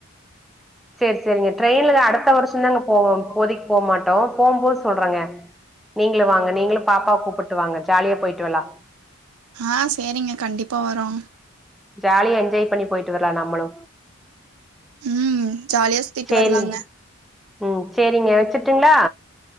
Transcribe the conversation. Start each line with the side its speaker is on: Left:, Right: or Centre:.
Centre: சேரி சேரிங்க ட்ரெயின்ல அடுத்த வருஷதாங்க போவோ இப்போதைக்கு போமாட்டோ போபோது சொல்றங்க நீங்களு வாங்க நீங்களு பாப்பாவ கூப்பிட்டு வாங்க ஜாலியா போயிட்டு வரலா
Right: ஆ சேரிங்க கண்டிப்பா வரோ
Centre: ஜாலியா என்ஜாய் பண்ணி போயிட்டு வரலா நம்மளு
Right: ம் ஜாலியா சுத்திட்டு
Centre: சேரி
Right: வரலாங்க
Centre: ம் சேரிங்க வச்சு டுங்களா